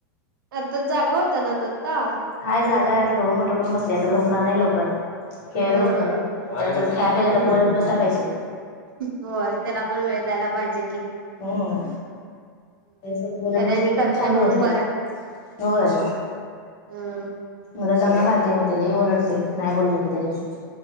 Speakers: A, on the right; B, on the left.
A: आता जागा होता. ना तर आता.
B: हय जागा आहे. आता डोळ मोठं. करून बसली आता झोपणार नाही लवकर खेळत
A: हा.
B: बसणार आता. त्या खेयला पाहिजे. आता
A: हम्म
B: बोलत. बसयला पाहिजे.
A: होय त्याला पण वेळ द्यायला. पाहिजे. कि
B: हम स बोलत
A: त्याला
B: बस
A: आणि
B: तर
A: करताय
B: मग शांत,
A: म्हणून
B: बसत
A: बरं
B: होय
A: आहे.
B: म दडंगा खाते मग त्याला ओरडते नाही बोललं की त्याच्याशी